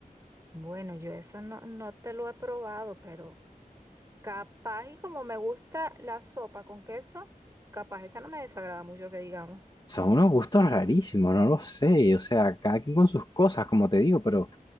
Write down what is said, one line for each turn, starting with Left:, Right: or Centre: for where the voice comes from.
Right: Bueno, yo eso no, no te lo he probado, pero capaz y como me gusta la sopa con queso, capaz esa no me desagrada mucho que digamos.
Left: Son unos gustos rarísimos, no lo sé. O sea, cada quien con sus cosas, como te digo, pero,